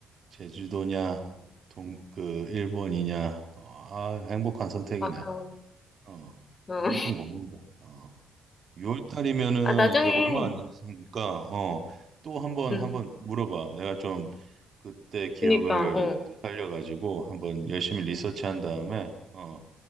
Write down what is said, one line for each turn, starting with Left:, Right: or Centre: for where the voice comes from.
Right: 제주도냐,
Left: 응,
Right: 동, 그, 일본이냐, 어, 아, 행복한 선택이네.
Left: 마카오니.
Right: 어,
Left: 어.
Right: 행복한 겁니다. 어, 6월달이면은
Left: 아, 나중에,
Right: 이제 얼마 안 남았으니까, 어, 또 한 번,
Left: 응.
Right: 한번 물어봐. 내가 좀 그때 기억을
Left: 그니까, 어.
Right: 살려가지고 한번 열심히 리서치한
Left: 음.
Right: 다음에, 어,